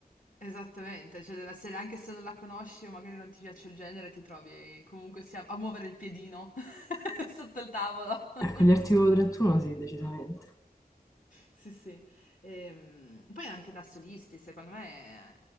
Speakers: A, on the left (about 55°); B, on the left (about 20°).
A: esattamente, cioè della serie, anche se non la conosci o magari non ti piace il genere, ti trovi comunque sia a muovere il piedino <laughs> sotto il tavolo.
B: Ecco,
A: <laughs>
B: gli articolo 31 sì, decisamente.
A: Sì, sì. Ehm, poi anche da solisti, secondo me,